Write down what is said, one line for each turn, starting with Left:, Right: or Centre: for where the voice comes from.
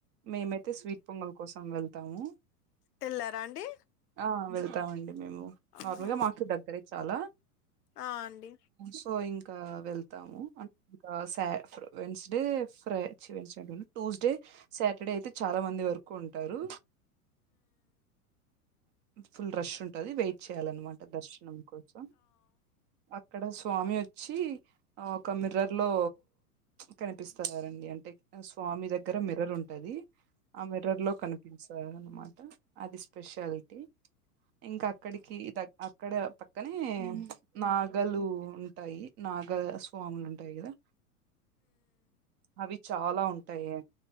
Right: మేమైతే స్వీట్ పొంగల్ కోసం వెళ్తాము
Left: తెళ్లారా అండి
Right: ఆ వెళ్తామండి మేము నార్మల్గా
Left: ఆహా
Right: మాకు దగ్గరే చాలా
Left: ఆ అండి
Right: సో ఇంకా వెళ్ తాము ఇంక సా వెన్స్డే ఫ్రై ఛీ వెన్స్ ట్యూస్డే సాటర్డే అయితే చాలా మంది వరకు ఉంటారు ఫుల్ రష్ ఉంటది వెయిట్ చేయాలన్నమాట దర్శనం కోసం అక్కడ స్వామి వచ్చి ఒక మిర్రర్ లో కనిపిస్తారండి అంటే స్వామి దగ్గర మిరర్ ఉంటది ఆ మిర్రర్ లో కని పిన్సాయి అన్నమాట అది స్పెషాలిటీ ఇంకా అక్కడికి దగ్ అక్కడ పక్కనే నాగలు ఉంటాయి నాగస్వాములు ఉంటాయి కదా అవి చాలా ఉంటాయే